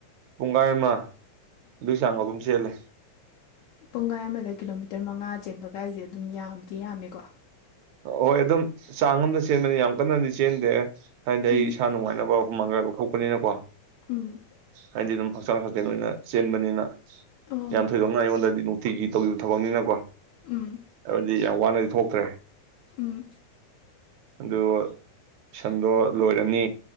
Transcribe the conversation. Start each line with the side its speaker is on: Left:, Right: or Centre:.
Right: ꯄꯨꯡꯈꯥꯏ ꯑꯃ ꯑꯗꯨꯏ ꯆꯥꯡ ꯑꯗꯨꯝ ꯆꯦꯜꯂꯦ
Left: ꯄꯨꯡꯈꯥꯏ ꯑꯃꯗ ꯀꯤꯂꯣꯃꯤꯇꯔ ꯃꯉꯥ ꯆꯦꯟꯕ ꯀꯥꯏꯁꯦ ꯑꯗꯨꯝ ꯌꯥꯝꯗꯤ ꯌꯥꯝꯃꯦꯀꯣ
Right: ꯍꯣꯏ ꯑꯗꯨꯝ ꯆꯥꯡ ꯑꯃꯗ ꯆꯦꯟꯕꯅꯤ ꯌꯥꯝ ꯀꯟꯅꯗꯤ ꯆꯦꯟꯗꯦ ꯍꯥꯏꯅꯗꯤ ꯑꯩ
Left: ꯎꯝ
Right: ꯏꯁꯥ ꯅꯨꯡꯉꯥꯏꯅꯕ ꯃꯐꯝ ꯃꯒ ꯂꯧꯊꯣꯛꯄꯅꯤꯅꯀꯣ
Left: ꯎꯝ
Right: ꯍꯥꯏꯗꯤ ꯑꯗꯨꯝ ꯐ ꯍꯛꯆꯥꯡ ꯁꯥꯖꯦꯜ ꯑꯣꯏꯅ ꯆꯦꯟꯕꯅꯤꯅ
Left: ꯑꯣ
Right: ꯌꯥꯝ ꯊꯣꯏꯗꯣꯛꯅ ꯑꯩꯉꯣꯟꯗꯗꯤ ꯅꯨꯡꯇꯤꯒꯤ ꯇꯧꯒꯤꯕ ꯊꯕꯛꯅꯤꯅꯀꯣ
Left: ꯎꯝ
Right: ꯑꯗꯨꯗꯤ ꯀꯌꯥꯝ ꯋꯥꯅꯗꯤ ꯊꯣꯛꯇ꯭ꯔꯦ
Left: ꯎꯝ
Right: ꯑꯗꯨ ꯇꯁꯟꯗꯣ ꯂꯣꯏꯔꯅꯤ